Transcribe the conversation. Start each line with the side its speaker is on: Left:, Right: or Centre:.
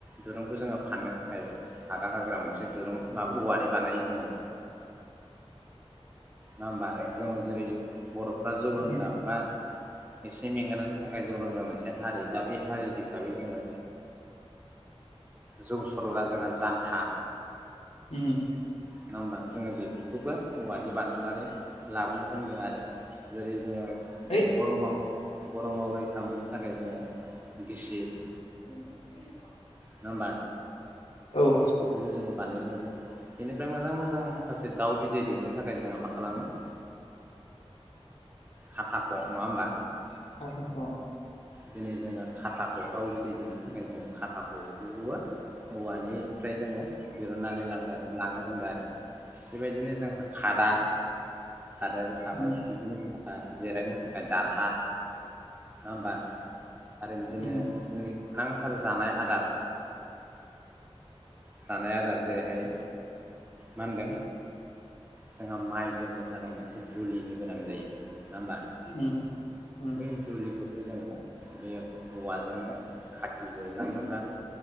Right: दुरुंखौ जोङो फाननो थाखाय हाग्रा हाग्रा मोनसे दुरुं बा औवानि बानायो जोङो नङा होमबा जोङो जेरै बर'फ्रा जौ
Left: उम
Right: लोंग्रा बा एसे मेंगानायनि थाखाय जौ रोङा मोनसे हारि दा बे हारि हिसाबै जोङो ज खर जोंहा जानथा
Left: उम
Right: नङा होमबा जोङो बेफोरखौबो औवानो बानायनानै लाबोनो रोंदों आरो जेरै जोङो
Left: ओइ
Right: गरमाव गरमावरै मोननो थाखाय जोङो गिसिर
Left: उ
Right: नङा होमबा
Left: औ
Right: गिस्ट्रिकखौबो जोङो बानाय लुदों बेनिफ्राय मोजां मोजां माखासे दाउ बिदै दैनो थाखाय जोंहा मा खालामो खाथाखौ नङा होमबा
Left: स
Right: दिनै जोङो खाथाखौ दाउ जुदै देनो थाखाय जोङो खाथाखौबो औवानिफ्राय जोङो दहुननानै लां लानो रोंदों आरो आरो बेबायदिनो जोंहा खादा थादारबो
Left: उम
Right: थाबाय बिदिनो जिरायनो थाखाय दारहा नङा होमबा आरो बिदिनो
Left: उम
Right: गोनांथार जानाय आदार जानाय आदार जेरैहाय मा होनदों जोंहा माइ दोननो थादोंमोन एसे दुलिनो गोनां जायो नङा होमबा
Left: उम उम
Right: बै दुलिखौबो जोङो बे औवाजोंनो खाथि जोनानै बा